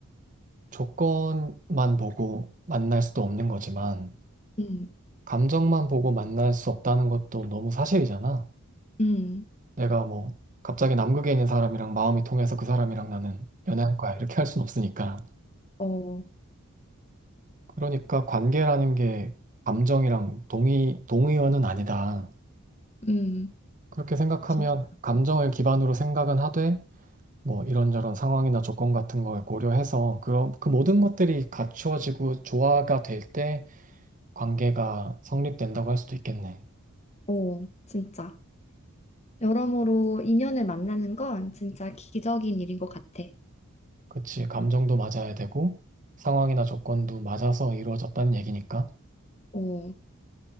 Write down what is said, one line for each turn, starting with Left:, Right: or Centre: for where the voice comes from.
Right: 조건만 보고 만날 수도 없는 거지만,
Left: 음,
Right: 감정만 보고 만날 수 없다는 것도 너무 사실이잖아.
Left: 음,
Right: 내가 뭐, 갑자기 남극에 있는 사람이랑 마음이 통해서 그 사람이랑 나는 연애할 거야. 이렇게 할 순 없으니까.
Left: 어,
Right: 그러니까 관계라는 게 감정이랑 동의, 동의어는 아니다.
Left: 음,
Right: 그렇게 생각하면
Left: 진짜.
Right: 감정을 기반으로 생각은 하되, 뭐 이런저런 상황이나 조건 같은 걸 고려해서 그런 그 모든 것들이 갖추어지고 조화가 될 때 관계가 성립된다고 할 수도 있겠네.
Left: 어, 진짜. 여러모로 인연을 만나는 건 진짜 기적인 일인 것 같아.
Right: 그치. 감정도 맞아야 되고 상황이나 조건도 맞아서 이루어졌다는 얘기니까.
Left: 어,